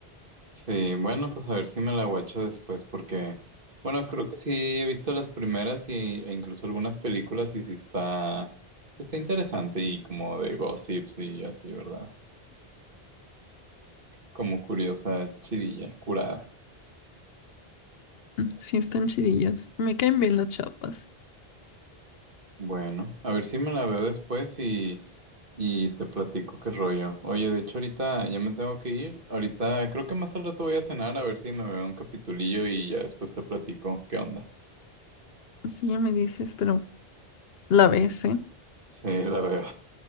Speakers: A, on the right; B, on the left.
A: Sí, bueno, pues a ver si me la guacho después porque, bueno, creo que sí he visto las primeras y, e incluso algunas películas y sí está, pues, está interesante y como de gossips y así, ¿verdad? como curiosa chidilla, curada.
B: Mm, Sí, están chidillas. Me caen bien las chavas.
A: Bueno, a ver si me la veo después y, y te platico qué rollo. Oye, de hecho ahorita ya me tengo que ir. Ahorita creo que más al rato voy a cenar a ver si me veo un capitulillo y ya después te platico qué onda.
B: Sí, ya me dices, pero la ves, ¿eh?
A: Sí, la veo.